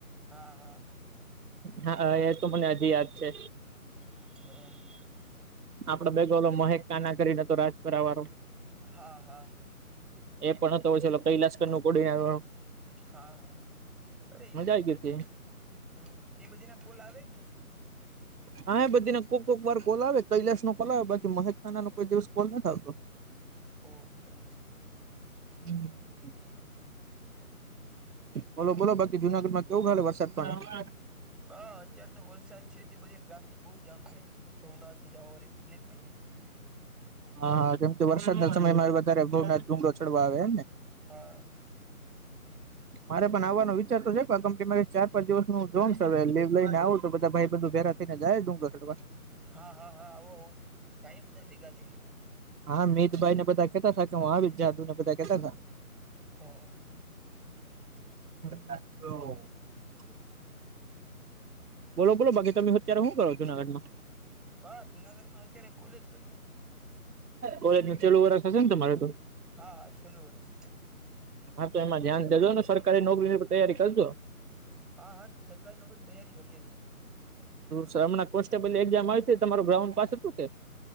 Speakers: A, in the centre; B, on the right.
A: હા હા
B: હા એ તો મને હજી યાદ છે.
A: હમ્મ
B: આપડ બેગલો મહેક કાના કરીને તો રાજપુરા વાળો.
A: હા હા
B: એ પણ હતો હોય છે કૈલાસકર નું કોડી નાર વાળો.
A: હા હા અરે
B: મજા આવી ગઈ હતી
A: હમ્મ એ બધી ના કોલ આવે કે
B: હા એ બધી ના કો કોક વાર કોલ આવે કૈલાશ નો કોલ આવે બાકી મહેક ખાના નો કોઈ દિવસ કોલ નથી આવતો
A: ઓ એવું છે
B: <unintelligible> બોલો બોલો બાકી જુનાગઢમાં કેવું ખાલે વરસાદ પાણી
A: હ અત્ય્યારે તો વરસાદ છે બધી ટ્રાફિક બઉ જામ થાય ભવનાથ જવા વાળી પબ્લિક હોય ને
B: હા હા જેમ કે વરસાદના સમયમાં વધારે ભવનાથ ડુંગળ ચડવા આવે એમને
A: હા
B: મારે પણ આવવાનો વિચાર તો છે પણ કંપની મારી ચાર પાંચ દિવસનું જોન હવે લીવ લઈને આવું તો બધા ભાઈ બધું ભેગા કેઈને જાય ડુંગર કરવા
A: હા હા હા આવો આવો જાય બધા ભેગા થઈને
B: હા મીત ભાઈને બધા કેતા હતા કે હું આવી જા ને કેતા હતા
A: હા
B: <unintelligible> બોલો બોલો બાકી તમે અત્યારે શું કરો જુનાગઢમાં
A: ભ જુનાગઢ માં અત્યારે કોલેજ કરીએ
B: કોલેજ નુ છેલું વરષ હશે ને તમારે તો
A: હા હા છેલ્લું વર્ષ
B: હા તો એમાં ધ્યાન દેજો ને સરકારી નોકરીની તૈયારી કરજો
A: હા હા સરકારી નોકરીની તૈયારી કરીએશ
B: સર હમણા કોન્સ્ટેબલ એક્ઝામ આવી હતી તમારો ગ્રાઉન્ડ પાસે હતું કે